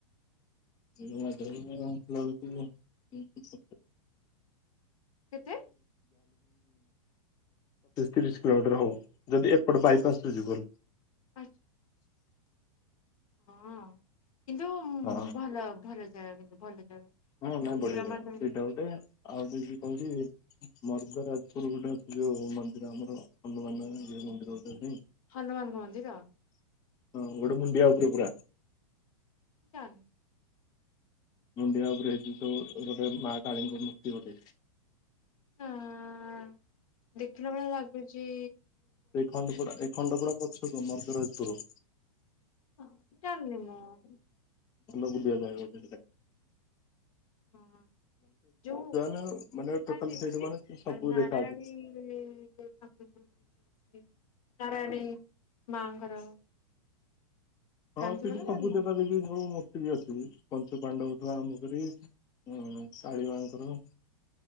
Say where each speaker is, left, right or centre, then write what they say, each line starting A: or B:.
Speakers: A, on the left; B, on the left.
A: <unintelligible> ଏ ଜାଲେ ପଚିଶ
B: କେତେ?
A: ତିରିଶ କିଲୋମିଟର ହବ, ଯଦି ଏପଟ ବାଇପାସ ରେ ଯିବୁ।
B: <unintelligible> ହଁ। କିନ୍ତୁ
A: ହଁ
B: ଭଲ ଭଲ ଜାଗା କିନ୍ତୁ ଭଲ ଜାଗା।
A: ହଁ ନାଇଁ ବଢିଆ
B: ନୀଳମାଧବ
A: ଜାଗା, ସେଇଟା ଗୋଟେ ଆଉ <unintelligible> ମର୍ଦରାଜପୁର ଗୋଟେ ଅଛି ଯୋଉ ମନ୍ଦିର ଆମର ହନୁମାନ ମନ୍ଦିର ହଁ,
B: ହନୁମାନଙ୍କ ମନ୍ଦିର
A: ଗୋଟେ ମୁଣ୍ଡିଆ ଉପରେ ପୁରା।
B: ହୁଁ।
A: ମୁଣ୍ଡିଆ ଉପରେ <unintelligible> ଗୋଟେ ମା କାଳୀଙ୍କ ମୂର୍ତ୍ତି ଗୋଟେ।
B: ହଁ, ଦେଖିଲା ଭଳିଆ ଲାଗୁଚି।
A: ଏ ଖଣ୍ଡପୁରା ଏ ଖଣ୍ଡପୁରା ପଛକୁ ମର୍କରାଜପୁର।
B: <unintelligible>
A: ଚାଲ ବୁଲିଆ ପାଇଁ <unintelligible>
B: ହଁ। ଯୋଉ
A: ନା ମାନେ
B: ମୁଁ
A: ଟୋଟାଲ
B: ଖାଲି ଦେଖିଛି
A: ସେଇଠି ମାନେ ସବୁ
B: ନାରାୟଣୀ
A: ଦେଖାଯାଉଛି
B: ଠାକୁ। ନାରାୟଣୀ ମାଙ୍କର।
A: ହଁ।
B: ଜାଣିଥିବ
A: ସେଠି
B: ନା
A: ସବୁ
B: ଜାଣିନ?
A: ଦେବା ଦେବୀ ଙ୍କ ମୂର୍ତ୍ତି ବି ଅଛି ପଞ୍ଚ ପାଣ୍ଡବ ଠୁ ଆରମ୍ଭ କରି। ହୁଁ। ଶାଢ଼ୀ ମାଙ୍କର।